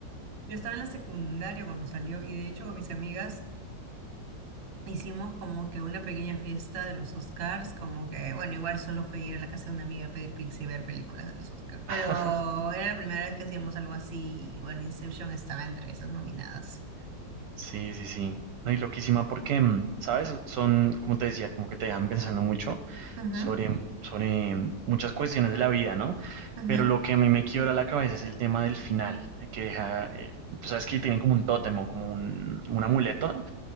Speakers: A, on the right; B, on the right.
A: yo estaba en la secundaria cuando salió y de hecho con mis amigas Hicimos como que una pequeña fiesta de los Oscars, como que, bueno, igual solo fue ir a la casa de una amiga a pedir pizza y ver películas de los Oscars, pero
B: <laughs>
A: era la primera vez que hacíamos algo así, y bueno, Inception estaba entre esas nominadas.
B: Sí, sí, sí. No, y loquísima porque, mm, ¿sabes? Son, como te decía, como que te dejan pensando mucho
A: Ujú,
B: sobre, sobre mm, muchas cuestiones de la vida, ¿no?
A: ujú.
B: Pero lo que a mí me quiebra la cabeza es el tema del final, eh, que deja, eh, pues, sabes que tienen como un tótem o como un, un amuleto